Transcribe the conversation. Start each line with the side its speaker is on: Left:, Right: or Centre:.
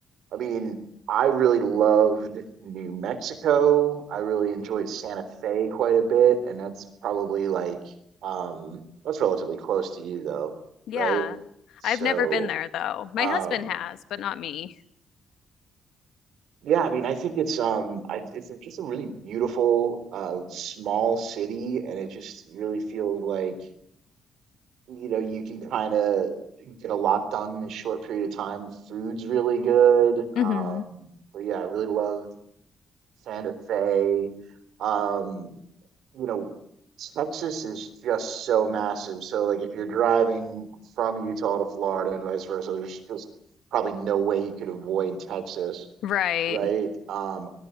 Right: I mean, I really loved New Mexico. I really enjoyed Santa Fe quite a bit, and that's probably like um that's relatively close to you though,
Left: Yeah.
Right: right? So,
Left: I've never been there though. My
Right: um
Left: husband has, but not me.
Right: Yeah, I mean, I think it's um, I, it's just a really beautiful, uh, small city, and it just really feels like, you know, you can kind of get a lot done in a short period of time. Food's really good.
Left: hmm
Right: Um, but yeah, I really loved Santa Fe. Um, you know, Texas is just so massive. So like if you're driving from Utah to Florida and vice versa, there's just probably no way you could avoid Texas,
Left: Right.
Right: right? Um,